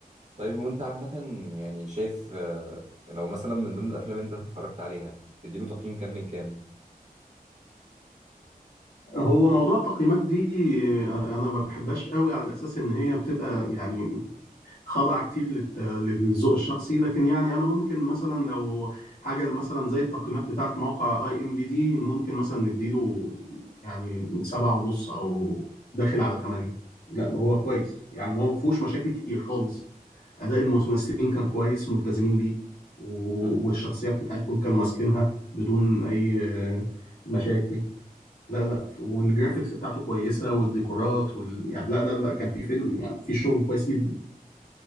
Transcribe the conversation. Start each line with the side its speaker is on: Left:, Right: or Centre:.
Right: طيب وانت عامة يعني شايف آه، لو مثلا من ضمن الافلام اللي انت اتفرجت عليها تديله تقييم كام من كام
Left: هو موضوع التقييمات دي آه، انا ما بحبهاش قوي على اساس ان هي بتبقى يعني خاضعة كتير للت- للذوق الشخصي لكن يعني انا ممكن مثلا لو حاجة مثلا زي التقييمات بتاعة موقع اي ام بي دي ممكن مثلا نديله يعني سبعة ونص او داخل على ثمانية لا هو كويس يعني هو ما فيهوش مشاكل كتير خالص اداء الممثلين كان كويس ملتزمين بيه و-
Right: امم
Left: والشخصيات بتاعتهم كانوا ماسكينها بدون اي آه، مشاكل لا لا والجرافيكس بتاعته كويسه والديكورات وال... يعني لا لا لا كان في فيلم يعني في شغل كويس جدا